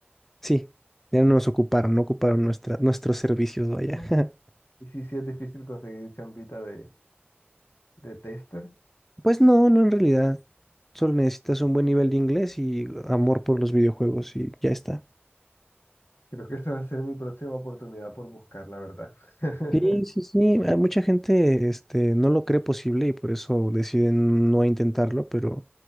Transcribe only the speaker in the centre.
Sí, ya no nos ocuparon, no ocuparon nuestra, nuestros servicios, vaya.
<laughs>
Pues no, no en realidad. Solo necesitas un buen nivel de inglés y amor por los videojuegos y ya está.
Sí, sí, sí. A mucha gente, este, no lo cree posible y por eso deciden no intentarlo, pero